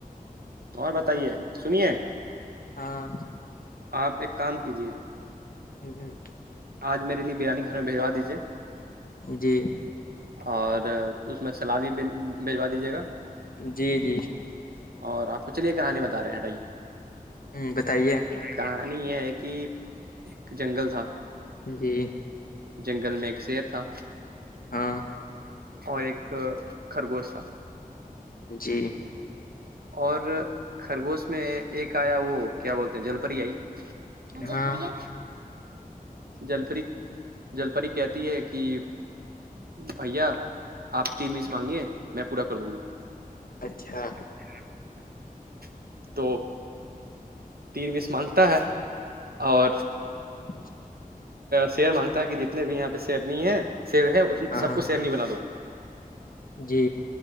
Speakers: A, on the right; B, on the left.
A: اور بتائیے سنیے
B: ہاں
A: آپ ایک کام کیجیے
B: ہ ہ
A: آج میرے لیے بریانی کانے بجا دیجیے
B: جی
A: اور اس میں سلاد بھی بجوا دیجیے گا
B: جی جی
A: اور آپ کو چلیے کہانی بتا رہے ہیںٹھائی
B: ہ بتائیے
A: کہانی یہ ہے کہ ایک جنگل تھا
B: جی
A: جنگل میں ایک شیر تھا
B: ہاں
A: اور ایک خرگوش تھا
B: جی
A: اور خرگوش میں ایک آیا وہ کیا بولتے ہیں جل پری آئی ن جل
B: ہاں
A: پوریا جل پری جل پری کہتی ہے کہ بھیا آپ تین مس مانگیے میں پورا کر دوں گی
B: اچھا
A: <inaudible> تو تین بیس مانگتا ہے اور
B: جچ
A: شیر مانگتا ہے کہ جتنے بھی یہاں پہ سیرنی ہے سیر ہے
B: ہاں
A: سب کو سیرنی بنا دو
B: جی